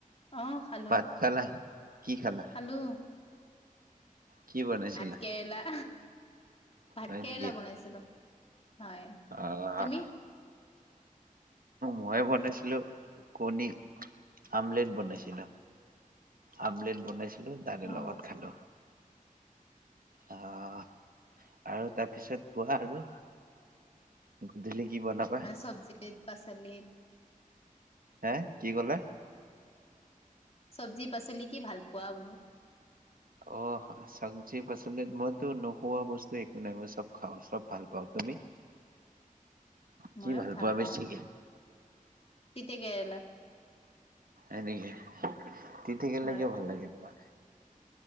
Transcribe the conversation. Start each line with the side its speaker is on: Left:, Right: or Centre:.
Left: অ' খালো
Right: ভাত খালা কি খালা
Left: খালো
Right: কি বনাইছিলা
Left: ভাত কেেৰেলা। ভাত
Right: হয়
Left: কেৰেলা
Right: নেকি
Left: বনাইছিলো হয়
Right: অ',
Left: তুমি।
Right: মই বনাইছিলো কণী আমলেট বনাইছিলো। আমলেট বনাইছিলো দান
Left: অ
Right: লগাত খালো। অ' আৰু তাৰপিছত কোৱা আৰু গধূলি কি বনাবা
Left: মানে চব্জিত পাচলিত।
Right: হে কি ক'লা?
Left: চব্জি শাক পাচলি কি ভাল পোৱা বোলো
Right: অ চব্জি পাচলিত মইতো নোখোৱা বস্তু একো নাই মই চব খাওঁ চব ভাল পাওঁ তুমি।
Left: মইয়ো
Right: কি ভাল পোৱা
Left: পাওঁ
Right: বেছিকে।
Left: তিতা কেৰেলা
Right: এনেকে। তিতা কেৰেলা
Left: হয়
Right: কিয় ভাল লাগে তোমাৰ।